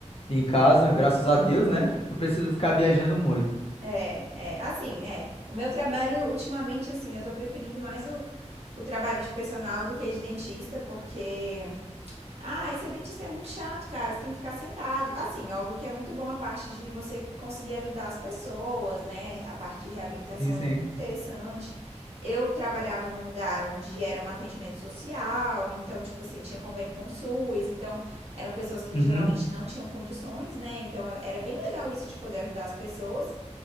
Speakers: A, on the left; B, on the right.
A: em casa, graças a Deus, né? Não preciso ficar viajando muito.
B: É, é, assim, é. O meu trabalho, ultimamente, assim, eu tô preferindo mais o, o trabalho de personal do que de dentista, porque. Ah, esse dentista é muito chato, cara. Você tem que ficar sentado. Assim, óbvio que é muito bom a parte de você conseguir ajudar as pessoas, né? A parte de reabilitação
A: Sim,
B: é
A: sim.
B: muito interessante. Eu trabalhava num lugar onde era um atendimento social, então, tipo assim, tinha convênio com o SUS, então eram pessoas que
A: Uhum.
B: geralmente não tinham condições, né? Então era bem legal isso de poder ajudar as pessoas.